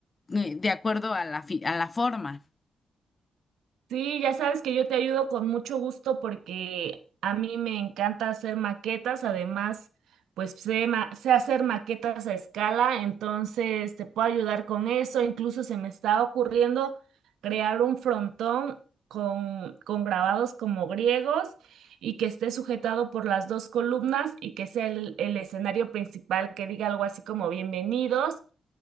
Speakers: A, on the left; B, on the right.
A: eh, de acuerdo a la, fi- a la forma.
B: Sí, ya sabes que yo te ayudo con mucho gusto porque a mí me encanta hacer maquetas, además, pues sé, ma- sé hacer maquetas a escala, entonces te puedo ayudar con eso, incluso se me está ocurriendo crear un frontón con, con grabados como griegos y que esté sujetado por las dos columnas y que sea el, el escenario principal que diga algo así como bienvenidos